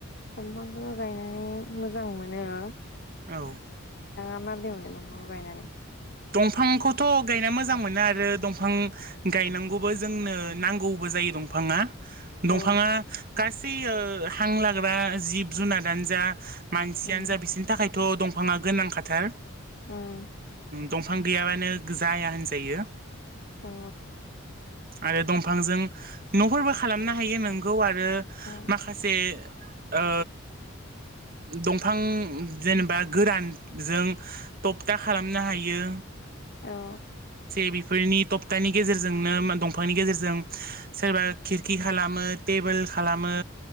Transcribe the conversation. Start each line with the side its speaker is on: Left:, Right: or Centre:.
Left: दंफांखौ गायनानै मोजां मोनो
Right: औ
Left: नोंथांङा माबोरदि मोनो दंफांखौ गायनानै
Right: दंफांखौथ' गायना मोजां मोनो आरो दंफां गायनांगौबो जोंनो नांगौबो दंफांङा दंफांङा
Left: औ
Right: गासै हां लाग्रा जिब जुनार दान जा मानसियानो
Left: उम
Right: जा बिसोरनि थाखायथ' दंफांङा गोनांखाथार
Left: होम
Right: दंफां गैयाबानो जाया होनजायो
Left: औ
Right: आरो दंफांजों न'फोरबो खालामनो हायो नंगौ आरो
Left: औ
Right: माखासे ओ दंफां जेनेबा गोरानजों थबथा खालाम नो हायो
Left: औ
Right: बेफोरनि थपथानि गेजेरजोंनो दंफांनि गेजेरजों सोरबा खिरखि खालामो टेबोल खालामो